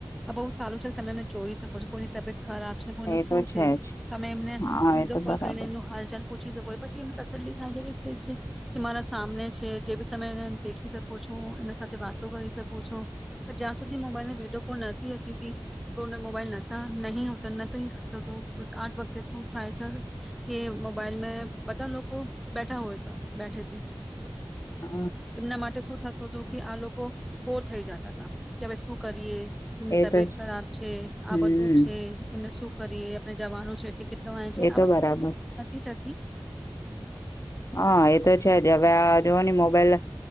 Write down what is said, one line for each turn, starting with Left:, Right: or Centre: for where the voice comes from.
Centre: આ બહુ સારું છે કે તમે એમને જોઈ શકો છો કોઈની તબિયત ખરાબ છે બનું
Left: એ
Centre: શું
Left: તો
Centre: છે
Left: જ
Centre: તમે એમને
Left: હા
Centre: વિડીયો
Left: એ તો
Centre: કોલ
Left: બરાબર
Centre: કરીને એમનું હાલચાલ પછી એને તસલી થાય જાય કે મારા સામને છે જે બી તમે એ દેખી શકો છો એમના સાથે વાતો કરી શકો છો જ્યાં સુધી મોબાઈલને વિડીયો કોલ નહતીતી બ મોબાઈલતા નહી નથી આઠ વખતે શું થાય છે કે મોબાઈલ મે બતા લોકો બેઠા હોય તો બેઠે તબ
Left: હ
Centre: એમના માટે શું થતું હતું કે આ લોકો કોર થઈ જતા હતા કે હવે શું કરીએ એમની
Left: એ
Centre: તબિયત
Left: તો
Centre: ખરાબ છે
Left: હમ
Centre: આ બધું છે એમને સુખ કરી આપણે જવાનું છે. ટિકિટ કમાવા છે
Left: એ તો બરાબર
Centre: આન નથી.
Left: હા એ તો છે જ હવે જોવા મોબાઈલ